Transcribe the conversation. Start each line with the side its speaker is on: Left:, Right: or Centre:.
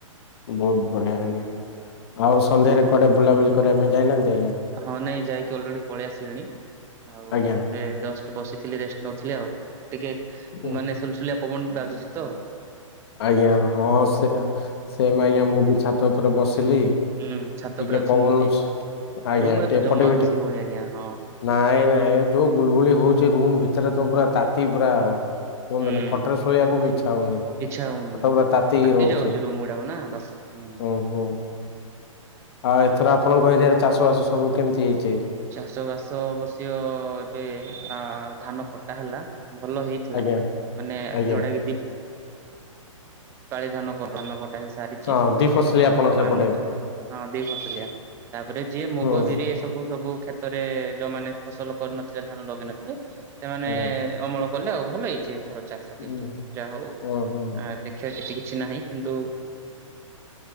Left: ବହୁତ ବଢ଼ିଆ ଲାଗିଲା। ଆଉ ସନ୍ଧ୍ୟାରେ କୁଆଡେ ବୁଲାବୁଲି କରିବା ପାଇଁ ଯାଇନାହାନ୍ତି ଆଜ୍ଞା?
Right: ହଁ ନାଇଁ ଯାଇକି ଅଲରେଡି ପଳେଇ ଆସିଲିଣି। ଆଉ
Left: ଆଜ୍ଞା
Right: ଏବେ ଜଷ୍ଟ ବସିଥିଲି ରେଷ୍ଟ ନଉଥିଲି ଆଉ। ଟିକେ
Left: ହୁଁ
Right: ମାନେ ସୁଲସୁଲିଆ ପବନ ବାଜୁଚି ତ।
Left: ଆଜ୍ଞା ହଁ ସେ ସେମ୍ ଆଜ୍ଞା ମୁଁ ବି ଛାତ ଉପରେ ବସିଲି।
Right: ହୁଁ ଛାତ
Left: ଟିକେ
Right: ଉପରେ ଅଛି
Left: ପବନ
Right: ମୁଁ ବି,
Left: ଆଜ୍ଞା
Right: ରୁମ ରେ ତ
Left: ଏପଟେ
Right: ଜମା
Left: ବି
Right: ବସି
Left: ଟିକେ
Right: ହଉନି ଆଜ୍ଞା ହଁ।
Left: ନାଇଁ ନାଇଁ ଯୋଉ ଗୁଳଗୁଳି ହଉଛି ରୁମ ଭିତରେ ତ ପୁରା ତାତି ପୁରା କୁହନ୍ତନି
Right: ହୁଁ
Left: ଖଟରେ ଶୋଇବାକୁ ବି ଇଚ୍ଛା ହଉନି।
Right: ଇଚ୍ଛା ହଉନି
Left: ଖଟ ପୁରା
Right: ତାତି
Left: ରହୁଛି।
Right: ଯାଉଛି ରୁମ୍ ଗୁଡାକ ନା ବାସ୍ ହଁ।
Left: ହୁଁ ହୁଁ। ଆଉ ଏଥର ଆପଣଙ୍କ ଏରିଆରେ ଚାଷ ବାସ ସବୁ କେମିତି ହେଇଛି?
Right: ଚାଷ ବାସ ଅବଶ୍ୟ ଏବେ ଆ ଧାନ କଟା ହେଲା ଭଲ ହେଇ ଥିଲା।
Left: ଆଜ୍ଞା
Right: ମାନେ
Left: ଆଜ୍ଞା।
Right: ଯୋଉଟା କି <unintelligible> ଧାନ ଧାନ କଟା ହେଇ ସାରିଛି।
Left: ହଁ ଦି ଫସଲି
Right: ଆଉ
Left: ଆପଣ
Right: ବର୍ତ୍ତମାନ
Left: ସେପଟେ
Right: ହଁ ଦି ଫସଲିଆ। ତାପରେ ଯିଏ ମୁଗ
Left: ହୁଁ
Right: ବିରି ଏ ସବୁ ସବୁ କ୍ଷେତ ରେ ଯୋଉମାନେ ଫସଲ କରିନଥିଲେ ଧାନ ଲଗେଇ ନଥିଲେ ସେମାନେ
Left: ଆଜ୍ଞା।
Right: ଅମଳ କଲେ ଆଉ ଭଲ ହେଇଛି ଏଥର ଚାଷ
Left: ହୁଁ
Right: କିନ୍ତୁ ଯାହା ହଉ
Left: ଓହୋ
Right: ଆ। କ୍ଷ କ୍ଷତି କିଛି ନାହିଁ କିନ୍ତୁ